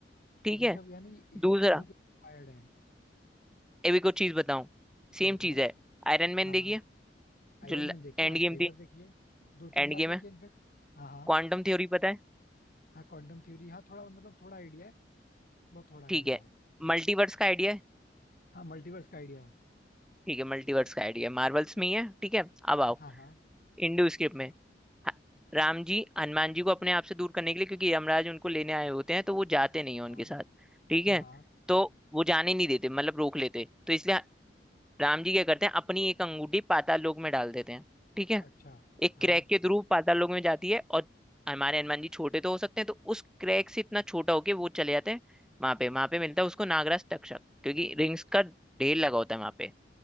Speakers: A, in the centre; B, on the left (about 55°).
A: ठीक
B: ये
A: है
B: सब यानी इसी
A: दूसरा
B: चीजों से इंस्पायर्ड है
A: अभी को चीज बताऊं
B: हाँ
A: सेम
B: बताओ
A: चीज है आयरन मैन
B: हाँ
A: देखिए
B: हाँ आयरन
A: जो
B: मैन देखिए
A: एंड
B: हाँ
A: गेम
B: कई
A: थी
B: बार देखिए दो तीन
A: एंड
B: बार
A: गेम
B: देखिए
A: है
B: इनफेक्ट हाँ हाँ
A: क्वांटम थ्योरी पता है
B: हाँ क्वांटम थ्योरी हाँ थोड़ा मतलब थोड़ा आइडिया है बहुत थोड़ा आइडिया
A: ठीक है
B: बहुत
A: मल्टीवर्स का आइडिया है
B: हाँ मल्टीवर्स का आइडिया है
A: ठीक है मल्टीवर्स का आइडिया मार्वल्स में ही है ठीक है अब आओ
B: हाँ हाँ
A: इंडो स्क्रिप्ट में ह- राम जी हनुमान जी को अपने आप से दूर करने के लिए क्योंकि यमराज उनको लेने आए होते हैं तो वो जाते नहीं है उनके
B: हाँ
A: साथ ठीक
B: हाँ
A: है
B: हाँ
A: तो वो जाने नहीं देते मतलब रोक लेते तो इसलिए राम जी क्या करते हैं अपनी एक अंगूठी पाताल लोक में डाल देते हैं ठीक है
B: अच्छा
A: एक
B: हाँ
A: क्रैक के थ्रू पाताल लोक में जाती है और हमारे हनुमान जी छोटे तो हो सकते हैं तो उस क्रैक से इतना छोटा होके वो चले जाते हैं वहां पे वहां पे मिलता है उसको नागराज तक्षक क्योंकि रिंग्स का ढेर लगा होता है वहां पे